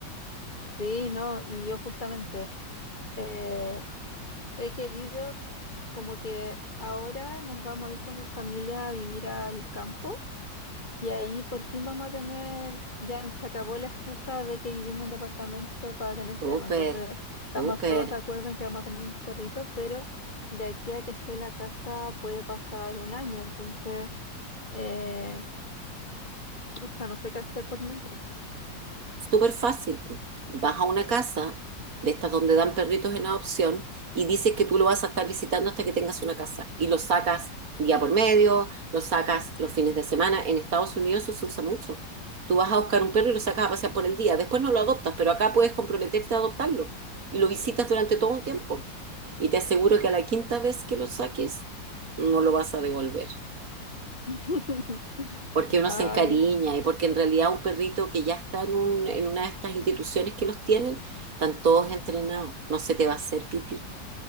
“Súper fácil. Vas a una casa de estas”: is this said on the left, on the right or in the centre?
Right